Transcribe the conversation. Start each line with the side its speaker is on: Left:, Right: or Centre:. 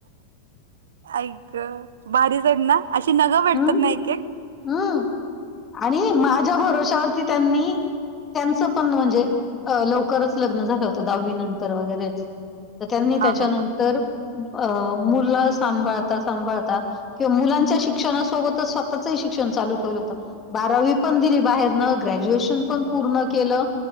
Right: आई ग भारीच आहेत ना अशी नगं भेटतात
Left: हं,
Right: ना एकेक?
Left: हं आणि माझ्या भरोश्यावरती त्यांनी त्यांचं पण म्हणजे अ लवकरच लग्न झालं होतं दहावी नंतर वगैरेच तर त्यांनी
Right: हा
Left: त्याच्यानंतर
Right: हा हा
Left: अ मुल सांभाळता, सांभाळता किंवा मुलांच्या शिक्षणासोबतच स्वतःचही शिक्षण चालू ठेवलं होतं. बारावी पण दिली बाहेरनं ग्रॅज्युएशन पण पूर्ण केलं.